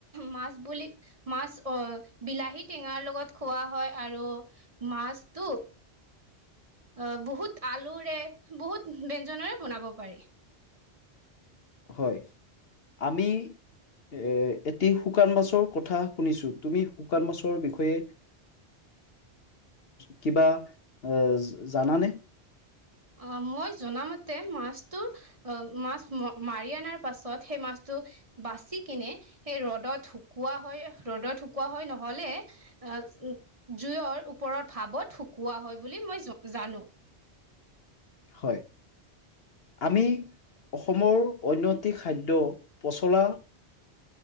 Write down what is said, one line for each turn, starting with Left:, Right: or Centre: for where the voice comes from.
Right: মাছ বুলি মাছ অ', বিলাহী টেঙাৰ লগত খোৱা হয়, আৰু মাছটো অ', বহুত আলুৰে বহুত ব্যঞ্জনেৰে বনাব পাৰি।
Left: হয়, আমি এ এটি শুকান মাছৰ কথা শুনিছো, তুমি শুকান মাছৰ বিষয়ে
Right: <inaudible>
Left: কিবা অ', জানানে?
Right: অ', মই জনামতে মাছটোৰ অ', মাছ মাৰি অনাৰ পাছত সেই মাছটো বাচি কিনে সেই ৰ'দত শুকোৱা হয়, ৰ'দত শুকোৱা হয়, নহ'লে আহ, জুইৰ ওপৰত ভাৱত শুকোৱা হয়, বুলি মই জানো।
Left: হয়। আমি অসমৰ অন্য এটি খাদ্য পচলা